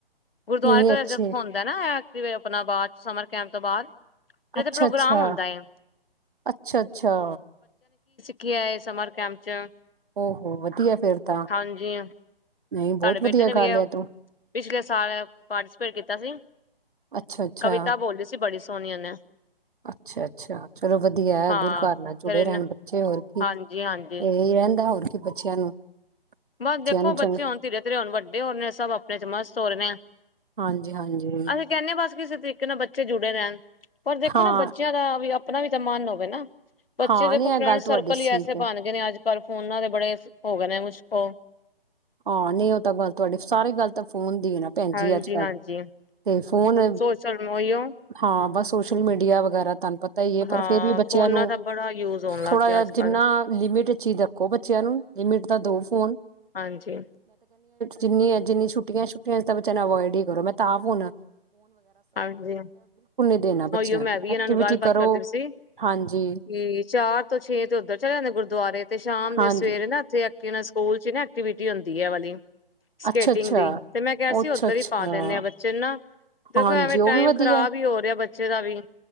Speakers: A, on the left; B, on the right.
A: ਗੁਰਦਆਰੇ
B: ਇੰਨੇ
A: ਤੋਂਜ
B: ਅੱਛੇ
A: ਹੋਂਦਾ ਨਾ ਆਪਣਾ ਬਾਅਦ ਸਮਰ ਕੈਂਪ ਤੋਂ ਬਾਅਦ ਇਹ
B: ਅੱਛਾ
A: ਤੇ ਪ੍ਰੋਗਰਾਮ
B: ਅੱਛਾ
A: ਹੁੰਦਾ ਏ।
B: ਅੱਛਾ ਅੱਛਾ
A: ਕੀਏ ਸਮਮਰ ਕ ਆਮ ਚ
B: ਹੋ ਹੋੋ ਵਧੀਆ ਫੇਿਰ ਤਾਂ
A: ਹਾਂਜੀ
B: ਨਹੀਂ ਬਹੁਤ
A: ਸਾਡੇ ਬੇਟੇ
B: ਵਧੀਆ
A: ਨੇ ਵੀ
B: ਗੱਲ ਹੈ ਤੂੰ
A: ਪਿਛਲੇ ਸਾਲ ਪਾਰਟੀਸਪੇਟ ਕੀਤਾ ਸੀ
B: ਅੱਛਾ ਅੱਛਾ
A: ਕਵਿਤਾ ਬੋਲਲੀ ਸੀ ਬੜੀ ਸੋਨੀਆ ਨੇ
B: ਅੱਛਾ ਅੱਛਾ ਚਲੋ ਵਧੀਆ
A: ਹਾਂ
B: ਗੁਰੂ ਘਰ ਨਾਲ
A: ਫਿਰ
B: ਜੁੜੇ
A: ਇਹਨੇ
B: ਰਹਿਣ ਬੱਚੇ ਹੋਰ ਕੀ
A: ਹਾਂਜੀ ਹਾਂਜੀ
B: ਇਹੀ ਰਹਿੰਦਾ ਹੋਰ ਕਿ ਬੱਚਿਆਂ ਨੂੰ
A: ਬਸ
B: ਬੱਚਿਆਂ
A: ਦੇਖੋ
B: ਨੂੰ
A: ਬੱਚੇ
B: ਚੰਗਾ
A: ਹੋਣ ਧੀਰੇ ਧਰੇ ਹੋਣ ਵੱਡੇ ਹੋ ਰਹੇ ਸਭ ਆਪਣੇ ਚ ਮਸਤ ਹੋ ਰਹੇ
B: ਹਾਂਜੀ ਹਾਂਜੀ
A: ਅਸੀਂ ਕਹਿੰਦੇ ਹ ਬਸ ਕਿਸੇ ਤਰੀਕੇ ਨਾਲ ਬੱਚੇ ਜੁੜੇ ਰਹਿਣ ਪਰ ਦੇਖੋ
B: ਹਾਂ
A: ਨਾ ਬੱਚਿਆਂ ਦਾ ਵੀ ਆਪਣਾ ਵੀ ਤੇ ਮਨ ਹੋਵੇ ਨਾ ਬੱਚੇ
B: ਹਾਂ
A: ਦੇਖੋ
B: ਨਹੀਂ ਇਹ
A: ਫਰੈਂਡ
B: ਗੱਲ ਤੁਹਾਡੀ
A: ਸਰਕਲ ਹੀ
B: ਠੀਕ
A: ਐਸੇ
B: ਹੈ
A: ਬਣ ਗਏ ਨੇ ਅੱਜ ਪਰ ਫੋਨਾਂ ਦੇ ਬੜੇ ਹੋ ਗਏ ਨੇ ਮੁਸ਼ਕ ਹੋ
B: ਹਾਂ ਨਹੀਂ ਉਹ ਤਾਂ ਗੱਲ ਤੁਹਾਡੀੇ ਸਾਰੇ ਗੱਲ ਤਾਂ ਫੋਨ ਨਹੀਂ ਭੈਣਜੀ
A: ਹਾਂਜੀ
B: ਅੱਜ ਕੱਲ
A: ਹਾਂਜੀ
B: ਤੇ ਫੋਨ
A: ਸੋਸ਼ਲ ਉਹੀਓ
B: ਹਾਂ ਬਸ ਸੋਸ਼ਲ ਮੀਡੀਆ ਵਗੈਰਾ ਤੁਹਨ ਪਤਾ ਹੀ ਹੈ ਪਰ
A: ਹਾਂ
B: ਫੇਿਰ ਵੀ ਬੱਚਿਆਂ
A: ਫੋਨਾਂ
B: ਨੂੰ
A: ਦਾ ਬੜਾ ਯੂਜ ਹੋਣ ਲੱਗ
B: ਥੋੜਾ
A: ਗਿਆ
B: ਜਹਾ
A: ਅੱਜ
B: ਜਿੰਨਾ
A: ਕੱਲ
B: ਲਿਮਿਟ ਚੀਜ਼ ਦੇਖੋ ਬੱਚਿਆਂ ਨੂੰ ਲਿਮਿਟ ਦਾ ਦੋ ਫੋਨ
A: ਹਾਂਜੀ
B: ਜਿੰਨੀਆਂ ਜਿੰਨੀਆਂ ਛੁਟੀਆਂ ਛੁੱਟੀਆਂ ਤਾਂ ਬੱਚਿਆਂ ਨੂੰ ਅਵਵਾਇਡ ਹੀ ਕਰੋ ਮੈਂ ਤਾਂਾਫ਼ ਹਣਾ
A: ਹਾਂਜੀ
B: ਦੇਣਾ ਬੱਚਿਆਂ
A: ਉਹੀਓ ਮੈਂ ਵੀ
B: ਐਕਟੀਵਿਟੀ
A: ਇਹਨਾਂ ਨੂੰ ਗੱਲਬਾਤ
B: ਕਰੋ
A: ਕਰਦੀ ਸੀ ਕਿ
B: ਹਾਂਜੀ
A: ਚਾਰ ਤੋਂ ਛੇ ਤੇ ਉੱਧਰ ਚਲੇ ਜਾਂਦੇ ਗੁਰਦੁਆਰੇ ਤੇ ਸ਼ਾਮ
B: ਹਾਂਜੀ
A: ਸਵੇਰੇ ਨਾ ਇੱਥੇ ਸਕੂਲ ਚ ਹੀ ਨਾ ਐਕਵਿਟੀ ਹੁੰਦੀ ਹੈ ਵਾਲੀ ਸਕੇਟਿੰਗ
B: ਅੱਛਾ ਅੱਛਾ
A: ਦੀ ਤੇ ਮੈਂ ਕਿਹਾ
B: ਅੱਛਾ
A: ਸੀ ਉੱਧਰ
B: ਅੱਛਾ
A: ਹੀ ਪਾ ਦਿੰਦੇ ਆਾਂ ਬੱਚੇ ਨੂੰ ਨਾ ਦੇ
B: ਹਾਂਜੀ
A: ਐਵੇਂ
B: ਉਹ
A: ਟਾਈਮ
B: ਵੀ ਵਧੀਆ
A: ਖਰਾਬ ਹੀ ਹੋ ਰਿਹਾ ਬੱਚੇ ਦਾ ਵੀ ਹੂ